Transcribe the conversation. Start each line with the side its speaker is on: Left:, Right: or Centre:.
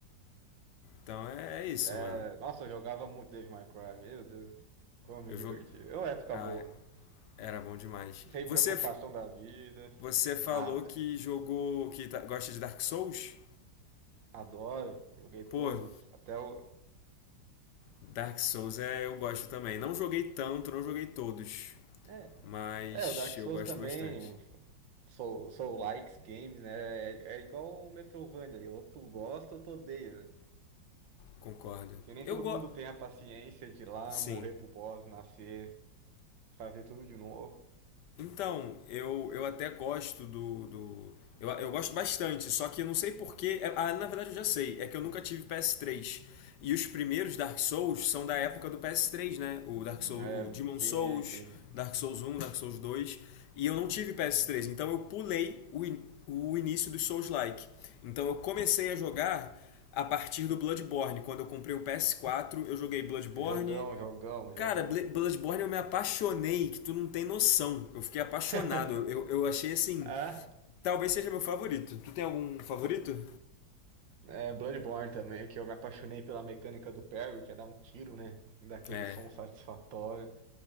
Left: Então é, é isso,
Right: é-
Left: mano.
Right: Nossa, eu jogava muito Devil May Cry. Meu Deus, como me
Left: Eu
Right: diverti.
Left: jogo...
Right: É uma época
Left: Ah,
Right: boa, né?
Left: era bom demais.
Right: Sem
Left: Você,
Right: preocupação da vida,
Left: você falou
Right: nada.
Left: que jogou... que tá- gosta de Dark Souls?
Right: Adoro, joguei todos,
Left: Pô,
Right: até o...
Left: Dark Souls é, eu gosto também. Não joguei tanto, não joguei todos,
Right: <laughs> É,
Left: mas
Right: É, o Dark Souls
Left: eu gosto
Right: também,
Left: bastante.
Right: Soul, Soul Likes Games, né? É, é igual o Metrovania, ou tu gosta ou tu odeia, né?
Left: Concordo.
Right: Porque nem
Left: Eu
Right: todo
Left: gosto.
Right: mundo tem a paciência de ir lá
Left: Sim.
Right: morrer pro boss, nascer, fazer tudo de novo.
Left: Então, eu, eu até gosto do. do eu, eu gosto bastante, só que eu não sei porquê. Ah, na verdade eu já sei. É que eu nunca tive PS3. E os primeiros Dark Souls são da época do PS3, né? O Dark
Right: Uhum,
Left: Souls,
Right: É,
Left: o Demon
Right: sim,
Left: Souls,
Right: sim.
Left: Dark Souls 1, Dark Souls dois E eu não tive PS3, então eu pulei o, in- o início dos Souls-like. Então eu comecei a jogar a partir do Bloodborne. Quando eu comprei o PS4, eu joguei Bloodborne,
Right: Jogão, jogão,
Left: Cara,
Right: jogão.
Left: Bloodborne eu me apaixonei, que tu não tem noção. Eu fiquei apaixonado.
Right: <laughs>
Left: Eu, eu achei assim.
Right: Ah,
Left: Talvez seja meu favorito. Tu tem algum favorito?
Right: é Bloodborne também, que eu me apaixonei pela mecânica do parry, que é dar um tiro, né? Daquele
Left: É,
Right: som satisfatório.